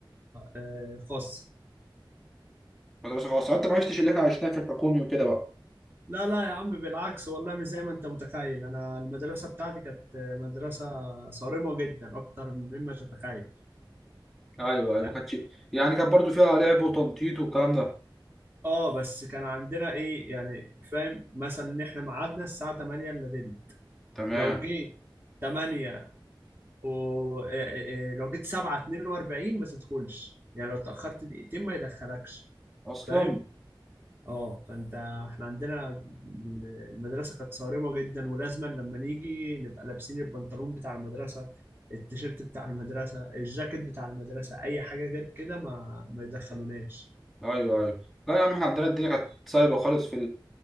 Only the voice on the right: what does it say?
آه، خاصة
لا لا يا عم بالعكس والله مش زي ما انت متخيل انا المدرسه بتاعتي كانت مدرسه صارمه جدا اكتر مما تتخيل
يعني
اه بس كان عندنا ايه يعني فاهم مثلا ان احنا ميعادنا الساعه 8 الا تلت
لو جيت 8 و إيه إيه إيه، لو جيت 7 42 ما تدخلش يعني لو اتاخرت دقيقتين ما يدخلكش
فاهم؟ اه فانت احنا عندنا ال- المدرسه كانت صارمه جدا ولازما لما نيجي نبقى لابسين البنطلون بتاع المدرسه التيشيرت بتاع المدرسه الجاكيت بتاع المدرسه اي حاجه غير كده ما ما يدخلوناش